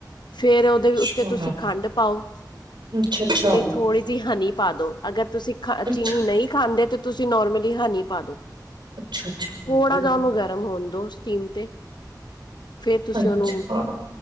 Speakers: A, on the left; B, on the right.
A: ਫੇਰ ਉਹਦੇ
B: ਅੱਛਾ
A: ਉੱਤੇ ਤੁਸੀਂ ਖੰਡ ਪਾਓ,
B: ਅੱਛਾ ਅੱਛਾ
A: ਤੇ ਥੋੜ੍ਹੀ ਜੀ ਹਨੀ ਪਾ ਦੋ, ਅਗਰ ਤੁਸੀਂ
B: ਅੱਛਾ
A: ਚੀਨੀ ਨਈ ਖਾਂਦੇ ਤਾਂ ਤੁਸੀਂ ਨੋਰਮਲੀ ਹਨੀ ਪਾ ਦੋ।
B: ਅੱਛਾ ਅੱਛਾ
A: ਥੋੜਾ
B: ਵਧੀਆ
A: ਜਾ ਉਹਨੂੰ ਗਰਮ ਹੋਣ ਦੋ ਸਟੀਮ ਤੇ। ਫੇਰ ਤੁਸੀਂ
B: ਅੱਛਾ
A: ਉਹਨੂੰ